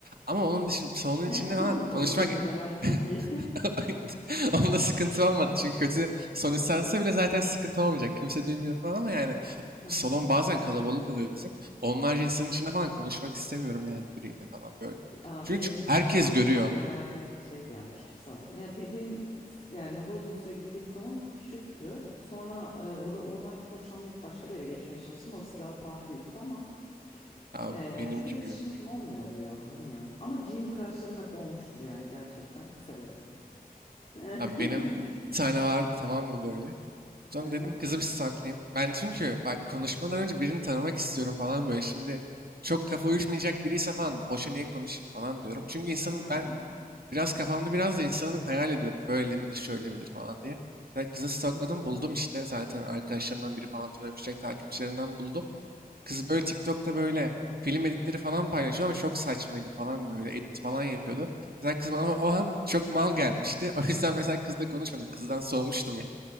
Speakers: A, on the right; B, on the left.
A: Ama onun dışında salonun
B: <laughs>
A: içinde falan konuşmak
B: O iyiydi de ben çok iyi.
A: <laughs> onda sıkıntı olmadı. Çünkü kötü son istense bile zaten sıkıntı olmayacak. Kimse duymuyor falan ama yani
B: <laughs>
A: salon
B: Aha.
A: bazen kalabalık oluyor bizim. Onlarca insanın içinde falan konuşmak istemiyorum yani biriyle falan böyle.
B: Ya
A: Çünkü
B: benim gittiğim
A: herkes
B: salonlar
A: görüyor.
B: genelde şeydi ya küçük salon. Ya be- benim s- yani daha uzun süre gittiğim salon küçüktü. Sonra e, ora- oradan çok hoşlanmayıp başka bir yere geçmeye çalıştım. Orası biraz daha büyüktü ama
A: Ya
B: e,
A: benimki
B: çok iletişimim
A: büyük.
B: olmuyordu ya bilmiyorum. Ama gym crushlarım hep olmuştur yani gerçekten severim. <laughs>
A: Abi benim bir tane vardı tamam mı böyle? Sonra
B: Aha,
A: dedim kızı bir saklayayım. Ben çünkü bak konuşmadan önce birini tanımak istiyorum falan böyle. Şimdi çok kafa uyuşmayacak biriyse falan boşa niye konuşayım falan diyorum. Çünkü insanın
B: yani.
A: ben biraz kafamda biraz da insanı bir hayal ediyorum. Böyle midir şöyle midir falan diye. Ben kızı stalkladım
B: Hı hı.
A: buldum işte zaten arkadaşlarımdan biri falan tanımışacak takipçilerinden buldum. Kız böyle TikTok'ta böyle film editleri falan paylaşıyordu ama çok saçmaydı falan böyle edit falan yapıyordu. Mesela kız bana
B: Hı
A: o
B: hı.
A: an çok mal gelmişti. <laughs> O yüzden mesela kızla konuşmadım. Kızdan soğumuştum